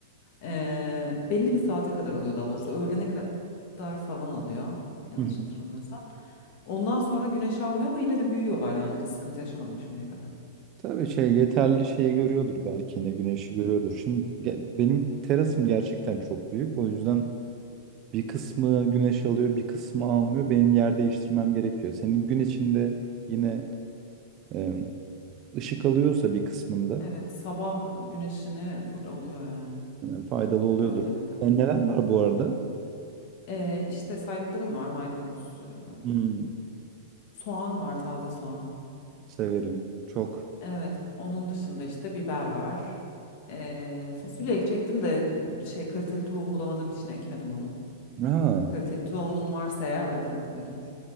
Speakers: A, on the left; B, on the right.
A: Ee, belli bir saate kadar alıyor daha doğrusu öğlene kadar falan alıyor yanlış
B: Hı hı.
A: hatırlamıyorsam ondan sonra güneş almıyor ama yine de büyüyorlar yani hiç sıkıntı yaşamadım şimdiye kadar
B: Tabii şey yeterli şeyi görüyordur belki yine güneşi görüyordur. Şimdi ge- benim terasım gerçekten çok büyük. O yüzden bir kısmı güneş alıyor, bir kısmı almıyor. Benim yer değiştirmem gerekiyor. Senin gün içinde yine e, ışık alıyorsa bir kısmında
A: evet sabah güneşini full alıyor yani
B: e, faydalı oluyordur.
A: öğlene kadar
B: E, neler var bu arada?
A: ee, işte saydıklarım var maydanoz e,
B: Hmm,
A: soğan var taze soğan
B: severim çok.
A: Evet, onun dışında işte biber var. Ee, fasulye ekecektim de şey kaliteli tohum bulamadığım için ekmedim onu.
B: Ha.
A: Kaliteli tohumun varsa eğer alırım ödünç.